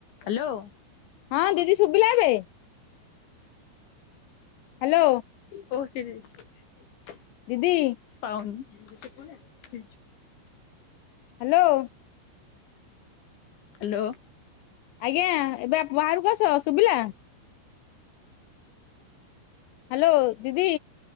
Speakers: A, on the left; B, on the left.
A: ହ୍ୟାଲୋ।
B: ହଁ ଦିଦି ଶୁଭିଲା ଏବେ? ହାଲୋ।
A: <unintelligible>
B: ଦିଦି।
A: ପାଉନି। <unintelligible>
B: Hello
A: hello.
B: ଆଜ୍ଞା ଏବେ ବାହାରକୁ ଆସ ଶୁଭିଲା। ହ୍ୟାଲୋ ଦିଦି।